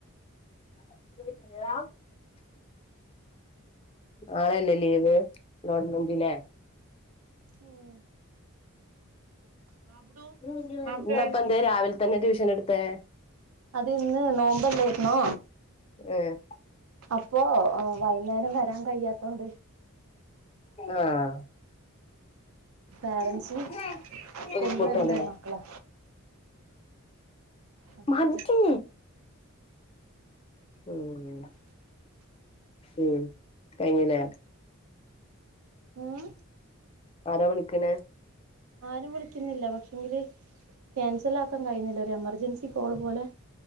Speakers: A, on the left; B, on the right.
A: <unintelligible> നാളല്ലേ ലീവ് ഗവണ്മെന്റിലെ
B: ഉം ബാബുഡു
A: ഇന്നപ്പ
B: ബാബുഡു ആയിരുന്നില്ലേ
A: എന്തേ രാവിലെ തന്നെ ട്യൂഷൻ എടുത്തെ
B: അത് ഇന്ന് നോമ്പല്ലാരുന്നോ
A: ഏഹ്
B: അപ്പോ വൈയ്യുന്നേരം വരാൻ കയിയാത്തോണ്ട്
A: ആഹ്
B: പേരൻസും
A: <unintelligible>
B: കൊണ്ടുവരണ്ടേ മക്കളെ അതുകൊണ്ട്
A: ആ മതീ ഉം ഉം കയിഞ്ഞല്ലേ
B: ഉം
A: ആരാ വിളിക്കണെ
B: ആരും വിളിക്കുന്നില്ല പക്ഷെങ്കില് ക്യാൻസൽ ആക്കാൻ കഴിയുന്നില്ല ഒരു എമർജൻസി കോള് പോലെ